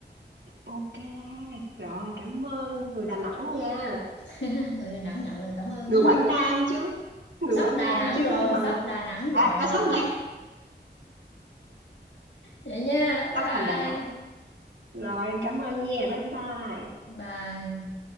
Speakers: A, on the right (about 85°); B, on the left (about 90°).
A: ok rồi cảm ơn người Đà Nẵng nha
B: <laughs> người Đà Nẵng nhận lời cảm ơn
A: người
B: nha
A: Quảng Nam chứ người
B: sắp
A: Quảng
B: Đà
A: Nam
B: Nẵng
A: chứ
B: rồi
A: nhưng mà
B: sắp Đà Nẵng
A: à,
B: rồi
A: à, sắp đây
B: vậy nha bye
A: sắp thành Đà Nẵng
B: bye
A: rồi em cảm ơn nha bye bye
B: bye